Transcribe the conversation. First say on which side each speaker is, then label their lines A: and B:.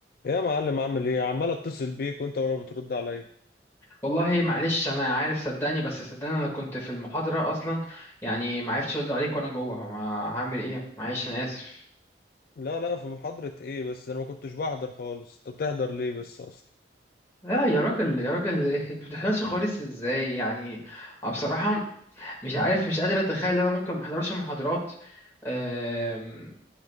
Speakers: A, on the left; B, on the left.
A: يا معلم عامل ايه عمال اتصل بيك وانت ولا بترد عليا
B: والله معلش انا عارف صدقني بس صدقني انا كنت في المحاضره اصلا يعني ما عرفتش ارد عليك وانا جوه ما هعمل ايه معلش انا اسف
A: لا لا في محاضرة ايه بس انا ما كنتش بحضر خالص انت بتحضر ليه بس اصلا
B: لا يا راجل يا راجل <laughs> ما بتحضرش خالص ازاي يعني أنا بصراحه مش عارف مش قادر اتخيل ان انا ممكن ما احضرش محاضرات أم،